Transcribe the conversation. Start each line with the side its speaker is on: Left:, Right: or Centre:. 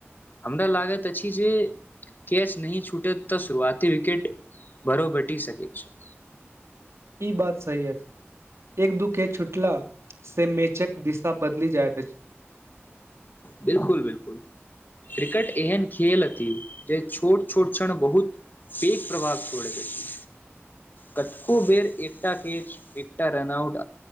Left: हमरा लागैत अछि जे कैच नहि छूटैत तऽ शुरुआत विकेट भर घटि सकैत छल <unintelligible>
Right: ई बात सही अछि एक दू कैच छुटलासँ मैचक दिशा बदलि जाइत अछि
Left: बिलकुल बिलकुल क्रिकेट एहन खेेल अछि जे छोट छोट क्षण बहुत पैघ प्रभाव छोड़ैत अछि कतेको बेर एकटा कैच एकटा रनआउट